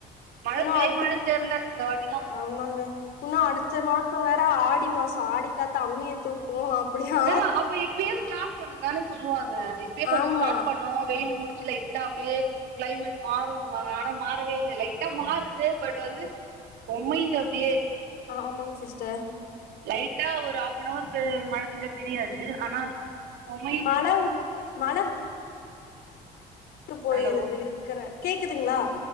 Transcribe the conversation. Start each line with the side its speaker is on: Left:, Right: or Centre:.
Right: மழ
Left: இன்னு
Right: பெய்
Left: அடுத்த
Right: மானே தெர்ல இந்த வாட்டிலா
Left: ஆமாங்க உன்னு அடுத்த மாச வேற ஆடி மாசோ ஆடி காத்த அம்மியை தூக்கு அப்பிடியா
Right: அ அப்ப இப்பேயே ஸ்டார்ட் பண்ணுதான சொல்லுவாங்க இப்பயே கொஞ்ச
Left: ஆமா
Right: ஸ்டார்ட் பண்ணு வெயில் முடிச்சு லை டா அப்டியே கிளைமெட் மாறுன்வாங்க ஆனா மாறவே இல்ல லைட்டா மாறுது பட் வந்து பொமையுது அப்டியே
Left: ஆ ஆமாங் சிஸ்டர்
Right: லைட்டா ஒரு ஹாஃப்னவர் பே மழ பெஞ்சா தெரியாது ஆனா பொம்மையுது
Left: மழவ் மழ து போயிருது
Right: ஹலோ
Left: இருக்கிற கேக்குதுங்ளா